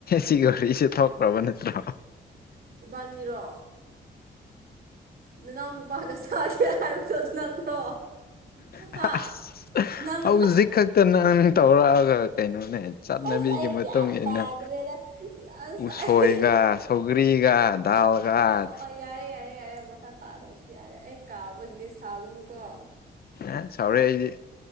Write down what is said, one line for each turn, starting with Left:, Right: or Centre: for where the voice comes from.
Left: ꯁꯤꯒ ꯋꯥꯔꯤꯛꯁꯦ ꯊꯣꯛꯈ꯭ꯔꯕ ꯅꯠꯇ꯭ꯔꯣ
Right: ꯏꯕꯥꯟꯅꯤꯔꯣ ꯅꯅꯥꯎ ꯅꯨꯄꯥꯥꯒ ꯁꯥꯒꯦ ꯍꯥꯏꯕ ꯅꯪ꯭ꯔꯣ ꯍꯥ
Left: ꯑꯁ
Right: ꯅꯪ
Left: ꯍꯧꯖꯤꯛ ꯈꯛꯇ ꯅꯪ ꯇꯧꯔꯛꯑꯒ ꯀꯩꯅꯣꯅꯦ ꯆꯠꯅꯕꯤꯒꯤ
Right: ꯑꯁ ꯑꯩ
Left: ꯃꯇꯨꯡ
Right: ꯒ꯭ꯌꯥꯟ
Left: ꯏꯟꯅ
Right: ꯇꯥꯗ꯭ꯔꯦꯗ ꯑꯁ
Left: ꯎꯁꯣꯏꯒ
Right: ꯑꯩ
Left: ꯁꯧꯒ꯭ꯔꯤꯒ ꯇꯥꯎꯒ
Right: ꯑꯣ ꯑꯣ ꯌꯥꯔꯦ ꯌꯥꯔꯦ ꯌꯥꯔꯦ ꯑꯃ ꯃꯈꯥ ꯇꯥꯗꯕꯁꯨ ꯌꯥꯔꯦ ꯑꯩ ꯀꯥꯎꯕꯒꯤꯅꯦ ꯁꯥꯎꯒꯅꯨꯀꯣ
Left: ꯑ ꯁꯥꯎꯔꯦ ꯑꯩꯗꯤ